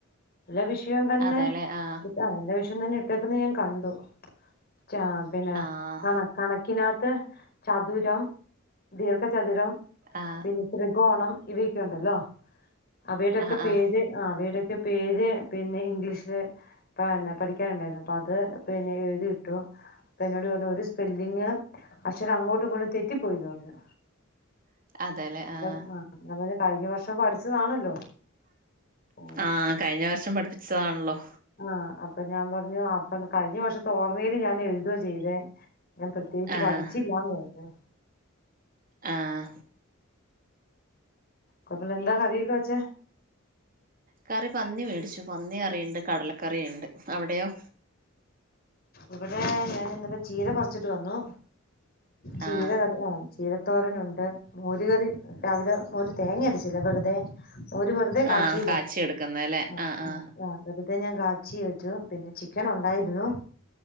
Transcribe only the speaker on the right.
അതെല്ലേ ആഹ്
ആഹ്
ആഹ
ആഹ്
ആഹ്
<unintelligible> ആഹ്
ആഹ് കഴിഞ്ഞ വർഷം പഠിപ്പിച്ചതാണല്ലോ
ആഹ്
ആഹ്
കറി പന്നി മേടിച്ചു പന്നി കറിയുണ്ട് കടലക്കറിയുണ്ട് അവിടെയോ
ആഹ്
ആഹ് കാച്ചി എടുക്കുന്നല്ലേ
ആഹ് ആഹ്